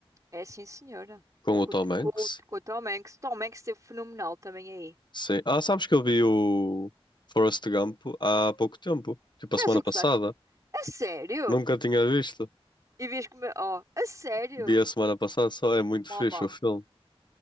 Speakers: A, on the right; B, on the left.
A: É sim, senhora.
B: Com
A: Com,
B: o
A: o
B: Tom
A: com
B: Hanks?
A: o- com o Tom Hanks. Tom Hanks esteve fenomenal também aí.
B: Sim. Ah, sabes que eu vi o Forrest Gump há pouco tempo. Tipo,
A: Estás
B: a semana
A: a
B: passada.
A: acusar? A sério?
B: Nunca tinha visto.
A: E vês como. Oh, a sério?
B: Vi a semana passada só. É muito
A: Mama,
B: fixe o filme.